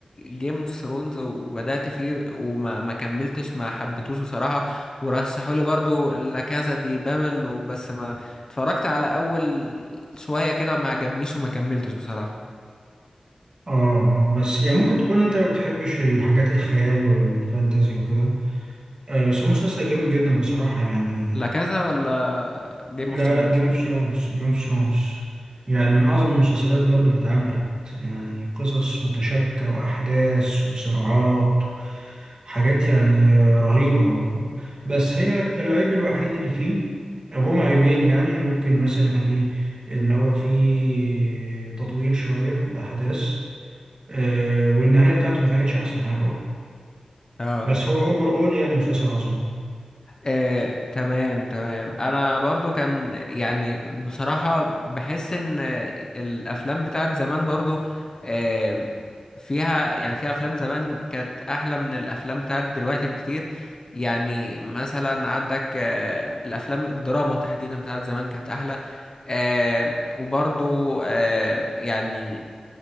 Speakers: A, on the left; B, on the right.
A: جيم اوف ثرونز وبدأت فيه وما ما كملتش ما حبيتوش بصراحة ورشحوا لي برضو لا كازا دي بابل و- بس ما اتفرجت على أول شوية كده ما عجبنيش وما كملتش بصراحة
B: اه بس يعني ممكن تكون انت ما بتحبش الحاجات الخيال والفانتازي وكده آه بس هو مسلسل جامد جدا بصراحة يعني
A: لا كازا ولا جيم
B: لا
A: اوف ثرونز
B: لا جيم اوف ثرونز جيم اوف ثرونز يعني من اعظم المسلسلات برضو اللي اتعملت يعني قصص متشابكة واحداث وصراعات حاجات يعني رهيبة و... بس هي العيب الوحيد اللي فيه او هما عيبين يعني ممكن مثلا ايه ان هو فيه تطويل شوية في الاحداث آه والنهاية بتاعته ما كانتش احسن حاجة برضو
A: اه
B: بس هو اوفر اول يعني مسلسل عظيم
A: آه، تمام تمام انا برضو كان يعني بصراحة بحس ان آه، الافلام بتاعت زمان برضو آه، فيها يعني فيها افلام زمان كانت احلى من الافلام بتاعت دلوقتي بكتير يعني مثلا عندك آه، الافلام الدراما تحديدا بتاعت زمان كانت احلى آه، وبرضو آه، يعني